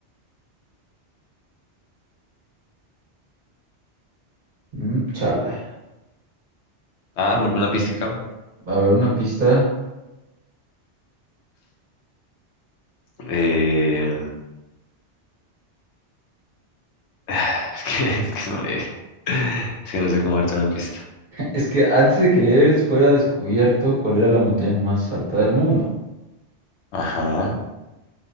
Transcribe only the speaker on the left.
Ah,
una pista.
Eh, <laughs> es que, es que es muy- es que no sé cómo darte una pista.
Ajá.